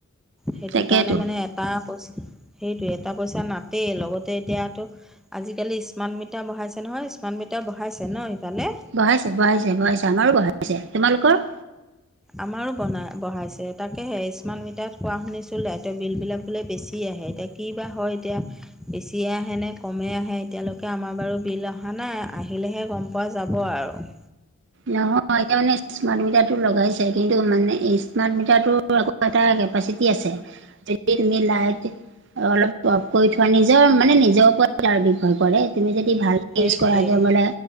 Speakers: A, in the centre; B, on the right (about 55°).
A: সেইটো
B: তাকেতো
A: কাৰণে মানে এটা পইচা সেইটোে এটা পইচা নাাটই লগতে এতিয়াতো আজিকালি স্মাৰ্ট মিটাৰ বঢ়াইছে নহয় স্মাৰ্ট মিটাৰ বঢ়াইছে ন সফালে
B: বঢ়াইছে-বঢ়াইছে-বঢ়াইছে আমাৰো বঢ়াইছে তোমালোকৰ
A: আমাৰো বনাই বঢ়াইছে তাকেহে স্মাৰ্ট মিটাৰত কোৱা শুনিছোঁ লাইটৰ বিলবিলাক বোলে বেছি আহে এতিয়া কি বা হয় এতিয়া বেছিয়ে আহে নে কমেই আহে এতিয়ালৈকে আমাৰ বাৰু বিল অহা নাই আহিলেহে গম পাম। পোৱা যাব আৰু।
B: নহয় এতিয়া মানে স্মাৰ্ট মিটাৰটো লগাইছে কিন্তু মানে স্মাৰ্ট মিটাৰটো এটা কেপাচিটি আছে, যদি তুমি লাইট অলপ অফ কৰি থোৱা, নিজৰ মানে নিজৰ ওপৰত নিৰ্ভৰ কৰে, তুমি যদি যদি ভালকে
A: সেইটোৱে
B: ইউজ কৰা, যে বুলে